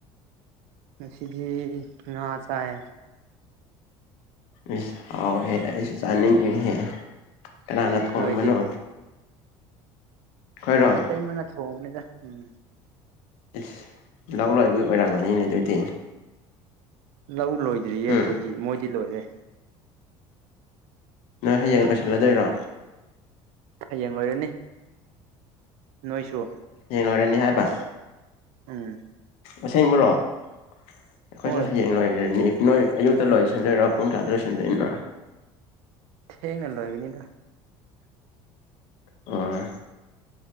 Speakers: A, on the right (about 70°); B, on the left (about 65°).
A: ꯉꯁꯤꯗꯤ ꯉꯥ ꯆꯥꯏ
B: ꯏꯁ ꯍꯥꯎꯋꯦꯍꯦ ꯑꯩꯁꯨ ꯆꯥꯅꯤꯡꯉꯦꯍꯦ ꯀꯅꯥꯅ ꯊꯣꯡꯕꯅꯣ
A: ꯅꯣꯏꯗꯤ
B: ꯑꯩꯈꯣꯏꯔꯣ
A: ꯏꯇꯩꯃꯅ ꯊꯣꯡꯕꯅꯤꯗ ꯎꯝ
B: ꯏꯁ ꯂꯧ ꯂꯣꯏꯕꯒꯤ ꯑꯣꯏꯔꯝꯃꯅꯤꯅꯦ ꯑꯗꯨꯗꯤ
A: ꯂꯧ ꯂꯣꯏꯗ꯭ꯔꯤꯌꯦ
B: ꯍꯨꯝ
A: ꯑꯩꯈꯣꯏꯗꯤ ꯃꯣꯏꯗꯤ ꯂꯣꯏꯔꯦ
B: ꯅꯣꯏ ꯍꯌꯦꯡ ꯂꯣꯏꯁꯤꯜꯂꯗꯣꯏꯔꯣ
A: ꯍꯌꯦꯡ ꯂꯣꯏꯔꯅꯤ ꯅꯣꯏꯁꯨ
B: ꯍꯥꯌꯦꯡ ꯂꯣꯏꯔꯅꯤ ꯍꯥꯏꯕ
A: ꯎꯝ
B: ꯑꯁꯦꯡꯕ꯭ꯔꯣ ꯑꯩꯈꯣꯏꯁꯨ
A: ꯍꯣꯏ
B: ꯍꯌꯦꯡ ꯂꯣꯏꯔꯅꯤ ꯅꯣꯏ ꯑꯌꯨꯛꯇ ꯂꯣꯏꯁꯟꯗꯣꯏꯔꯣ ꯄꯨꯡ ꯀꯌꯥꯗ ꯂꯣꯏꯁꯤꯟꯗꯣꯏꯅꯣ
A: ꯊꯦꯡꯅ ꯂꯣꯏꯒꯅꯤꯗ
B: ꯑꯣ